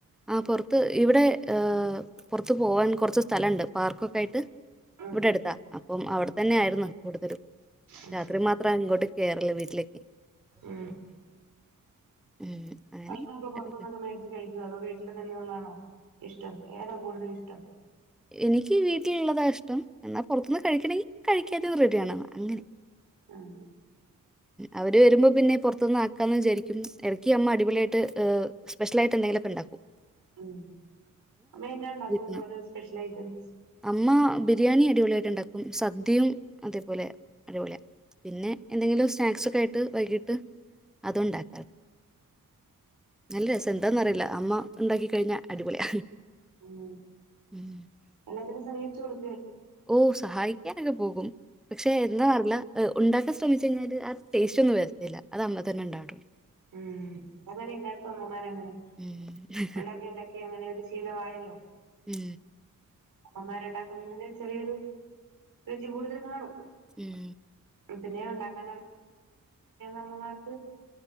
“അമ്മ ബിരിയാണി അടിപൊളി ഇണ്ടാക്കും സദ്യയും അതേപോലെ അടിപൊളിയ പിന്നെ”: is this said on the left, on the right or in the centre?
Centre